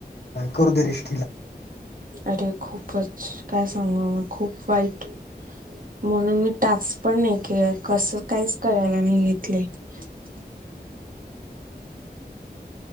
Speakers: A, on the left; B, on the right.
A: करू दे रेस्ट
B: अरे खूपच काय सांगू म खूप वाईट म्हणून मी टास्क पण नाही केल कसं काहीच करायला नाही घेतले <inaudible>